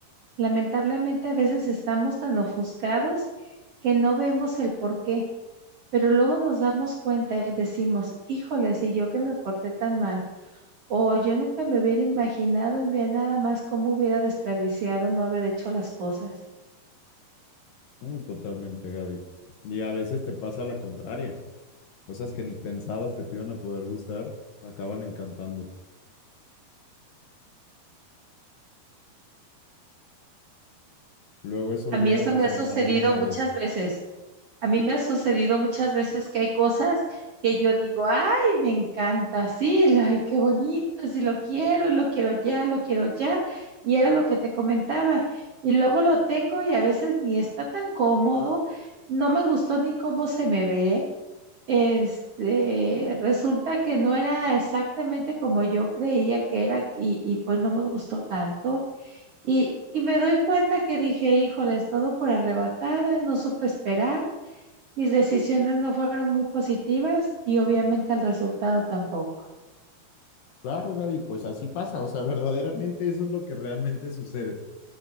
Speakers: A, on the right (about 60°); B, on the left (about 70°).
A: Lamentablemente a veces estamos tan ofuscados que no vemos el por qué. Pero luego nos damos cuenta y decimos, híjole, si yo que me porté tan mal, o yo nunca me hubiera imaginado y vea nada más cómo hubiera desperdiciado no haber hecho las cosas.
B: Muy totalmente, Gaby. Y a veces te pasa la contraria. Cosas que ni pensabas que te iban a poder gustar, acaban encantándote. Luego eso
A: A
B: llega
A: mí eso
B: a pasar
A: me ha sucedido
B: más de una
A: muchas
B: vez.
A: veces. A mí me ha sucedido muchas veces que hay cosas que yo digo, ay, me encanta, sí, ay, qué bonito, sí lo quiero, y lo quiero ya, lo quiero ya. Y era lo que te comentaba. Y luego lo tengo y a veces ni está tan cómodo, no me gustó ni cómo se me ve Este, resulta que no era exactamente como yo creía que era y, y pues no me gustó tanto. Y, y me doy cuenta que dije, ¡híjoles todo por arrebatada, no supe esperar, mis decisiones no fueron muy positivas y obviamente el resultado tampoco.
B: Claro, Gaby, pues así pasa. O sea, verdaderamente eso es lo que realmente sucede.